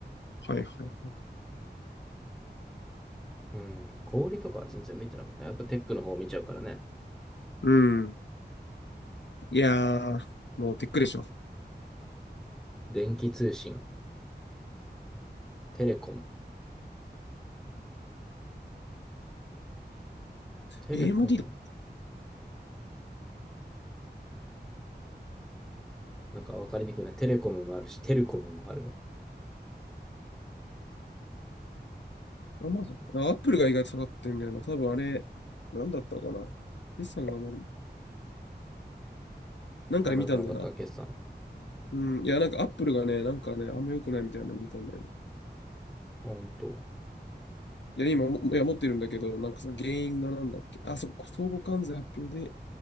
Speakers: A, on the left; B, in the centre.
A: はいはいはい。
B: うん。小売りとかは全然見てなかった。やっぱテックの方を見ちゃうからね。
A: うん。いやー、もうテックでしょ。
B: 電気通信、テレコム。テレコム
A: AMD だ。
B: なんかわかりにくいな。テレコムもあるし、テレコムもあるわ。
A: アマゾン。あアップルが意外と下がってんだよな。多分あれ、なんだったかな。決算があんまり、なんかで見たんだよな。
B: あんま良くなかった、決算。
A: うん。いや、なんかアップルがね、なんかね、あんま良くないみたいなの見たんだよね。
B: あ、本当。
A: いや、今も、いや、持ってるんだけど、なんかその原因がなんだっけ。あ、そう、相互関税発表で